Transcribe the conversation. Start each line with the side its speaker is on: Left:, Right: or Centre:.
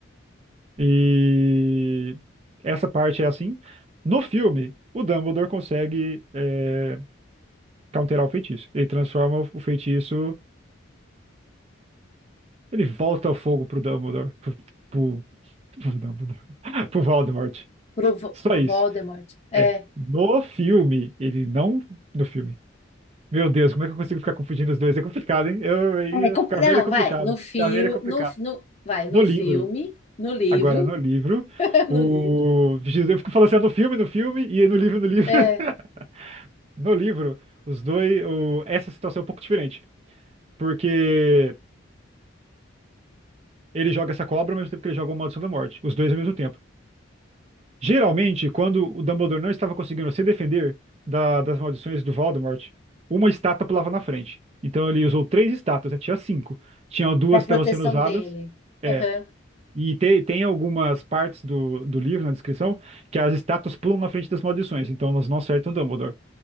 Right: E essa parte é assim. No filme, o Dumbledore consegue é, counterar o feitiço. Ele transforma o o feitiço Ele volta ao fogo pro Dumbledore. Pro, pro, pro Dumbledore. <laughs> Pro Voldemort.
Left: Pro, Vo-
Right: Só
Left: pro
Right: isso.
Left: Voldemort. É.
Right: É. No filme, ele não. No filme. Meu Deus, como é que eu consigo ficar confundindo os dois? É complicado, hein? Eu, aí,
Left: É, com-
Right: ficar
Left: não,
Right: velho é complicado.
Left: vai, no fio,
Right: Ficar velho é complicado.
Left: no, no, vai, no
Right: No livro.
Left: filme, no livro,
Right: Agora, no livro,
Left: <laughs>
Right: o.
Left: no livro,
Right: Jesus, Eu fico falando assim, "Ah, no filme, no filme, e no livro, no livro.
Left: é,
Right: <laughs> No livro, os dois. o- Essa situação é um pouco diferente. Porque ele joga essa cobra ao mesmo tempo que ele joga o Maldição da Morte. Os dois ao mesmo tempo. Geralmente, quando o Dumbledore não estava conseguindo se defender da- das maldições do Voldemort, uma estátua pulava na frente. Então ele usou três estátuas, né? tinha cinco. Tinha duas
Left: para proteção
Right: que estavam sendo usadas.
Left: dele.
Right: É.
Left: Aham,
Right: E te- tem algumas partes do, do livro, na descrição, que as estátuas pulam na frente das maldições. Então elas não acertam o Dumbledore.